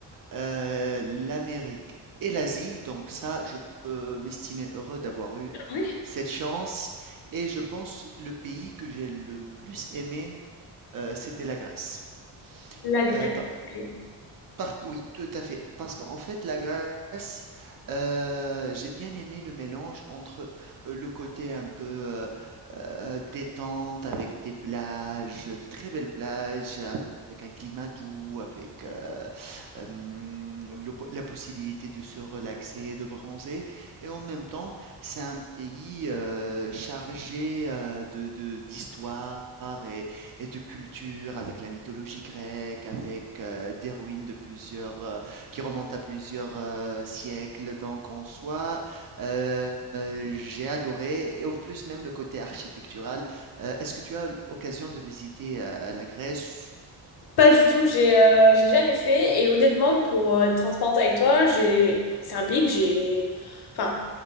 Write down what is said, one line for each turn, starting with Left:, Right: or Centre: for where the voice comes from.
Right: heu, l'Amérique et l'Asie. Donc ça, je peux m'estimer heureux d'avoir eu
Left: ouais,
Right: cette chance et je pense le pays que j'ai le plus aimé, heu, c'était la Grèce.
Left: la Grèce.
Right: Heu, pa
Left: ok.
Right: Part oui, tout à fait. Parce qu'en fait, la Grèce, heu, j'ai bien aimé le mélange entre, heu, le côté un peu, heu heu, détente avec des plages, de très belles plages, avec un climat doux, avec, heu, hem, le po la possibilité de se relaxer, de bronzer et en même temps, c'est un pays, heu, chargé, heu, de de d'histoire et et de culture, avec la mythologie grecque, avec euh, des ruines de plusieurs, euh, qui remontent à plusieurs euh, siècles. Donc en soi, euh, euh, j'ai adoré, et en plus même le côté architectural. Euh, est-ce que tu as l'occasion de visiter euh, la Grèce
Left: Pas du tout, j'ai euh, j'ai jamais fait et honnêtement, pour euh, être transparente avec toi, j'ai c'est un pays que j'ai enfin,